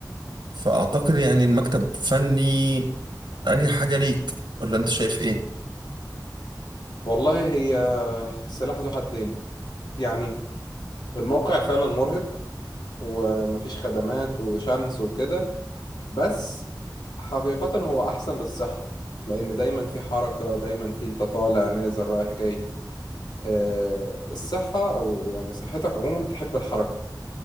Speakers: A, on the right; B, on the left.
A: فاعتقد يعني المكتب فني اريح حاجه ليك ولا انت شايف ايه
B: والله هي سلاح ذو حدين يعني الموقع فعلا مرهق ومفيش خدمات وشمس وكده بس حقيقة هو أحسن للصحة لأن دايما في حركة دايما في أنت طالع نازل رايح جاي إيه، الصحة أو يعني صحتك عموما تحب الحركة